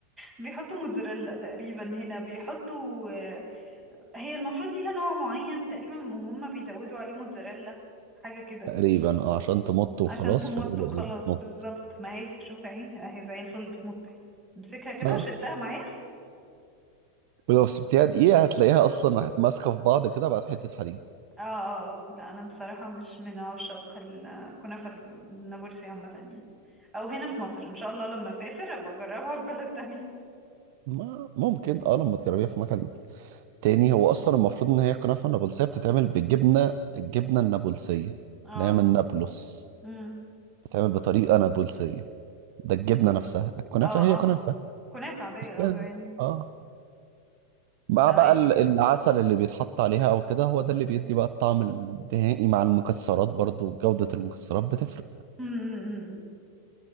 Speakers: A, on the right; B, on the right.
A: بيحطوا موتزاريلا تقريبا هنا بيحطوا آه، هي المفروض ليها نوع معين تقريبا وهم بيزودوا عليه موتزاريلا حاجة كده
B: تقريبا اه عشان تمط وخلاص
A: عشان تمط
B: فيقولوا
A: وخلاص
B: ايه بتمط
A: بالظبط ما هي شوف اهي اهي زي الفل بتمط اهي امسكها كده
B: ها
A: وشدها معايا
B: ولو سبتيها دقيقة هتلاقيها أصلا راحت ماسكة في بعض كده بقت حتة حديد
A: اه اه اه لا انا بصراحة مش من عشاق الكنافة الب- النابلسي عامة يعني او هنا في مصر ان شاء الله لما اسافر ابقى اجربها في بلد تانية
B: ما ممكن اه لما تجربيها في مكان تاني هو أصلا المفروض إن هي كنافة نابلسية بتتعمل بالجبنة الجبنة النابلسية
A: اه
B: اللي هي من نابلس
A: امم
B: بتتعمل بطريقة نابلسية ده الجبنة نفسها الكنافة
A: اه
B: هي
A: اه
B: كنافة
A: كنافة عادية
B: بس يعني
A: اه زين
B: اه مع
A: طيب
B: بقى ال- العسل اللي بيتحط عليها أو كده هو ده اللي بيدي بقى الطعم النهائي مع المكسرات برضو جودة المكسرات بتفرق
A: امم أمم، أمم.